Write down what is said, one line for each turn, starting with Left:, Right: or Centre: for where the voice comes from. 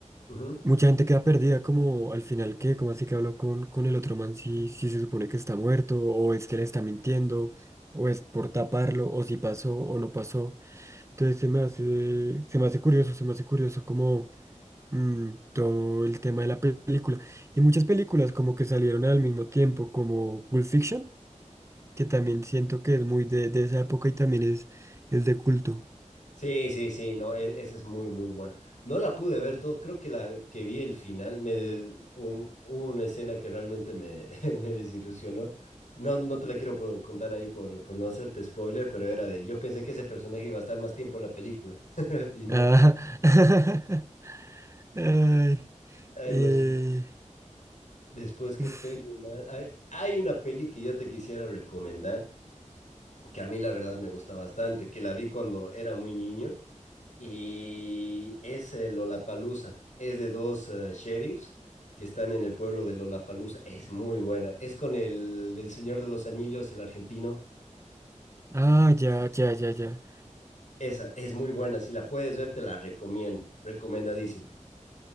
Left: Ujú.
Right: mucha gente queda perdida como al final qué cómo así que habló con, con el otro man si, si se supone que está muerto, o es que le está mintiendo, o es por taparlo, o si pasó o no pasó. Entonces se me hace, se me hace curioso, se me hace curioso como mm, todo el tema de la película. Y muchas películas como que salieron al mismo tiempo, como Pulp Fiction, que también siento que es muy de, de esa época y también es, es de culto.
Left: Sí, sí, sí, no, e- esa es muy, muy buena. No la pude ver todo, creo que la que vi el final, me de- un- hubo una escena que realmente me, <laughs> me desilusionó. No, no te la quiero por- contar ahí por, por no hacerte spoiler, pero era de, yo pensé que ese personaje iba a estar más tiempo en la película <laughs> y no.
Right: Ah, <laughs> ay,
Left: Ay,
Right: eh,
Left: los, después, qué
Right: uf.
Left: peli. man. Hay hay una peli que yo te quisiera recomendar, que a mí la verdad me gusta bastante, que la vi cuando era muy niño y es el Lollapalooza. Es de dos eh, sheriffs que están en el pueblo de Lollapalooza. Es muy buena. Es con el del Señor de los Anillos, el argentino.
Right: Ah, ya, ya, ya, ya.
Left: Esa es muy buena. Si la puedes ver, te la recomiendo. Recomendadísimo.